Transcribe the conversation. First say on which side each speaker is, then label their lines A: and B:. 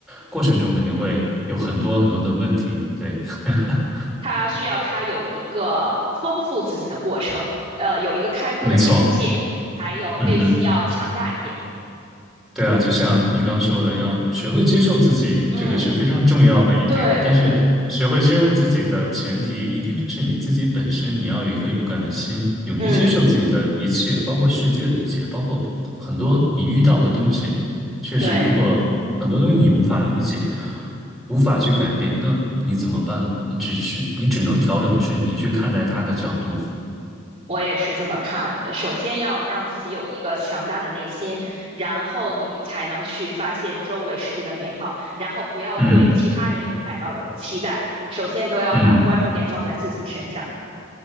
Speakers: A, in the centre; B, on the right (about 30°).
A: 过程中肯定会有很多很多的问题。对，<laughs>
B: 他需要他有一个丰富自己的过程，呃，有一个开阔的眼界，
A: 没错，
B: 还有内心要强大一点。
A: 嗯哼。对啊，就像你刚说的，要学会接受自己，
B: 嗯，
A: 这个是非常重要的一点。
B: 对对对，
A: 但是，学会接受自己的前提，一定是你自己本身，你要有一颗勇敢的心，勇于接受自己的一切，
B: 嗯，
A: 包括世界的一切，包括很多你遇到的东西。确实，
B: 对，
A: 如果很多东西你无法理解，无法去改变，那你怎么办呢？你只是，你只能调整的是你去看待他的角度。
B: 我也是这么看的。首先要让自己有一个强大的内心，然后你才能去发现周围世界的美好，然后不要对其他人有太高的期待，
A: 嗯
B: 首先都要把关注点放在自己身上。
A: 嗯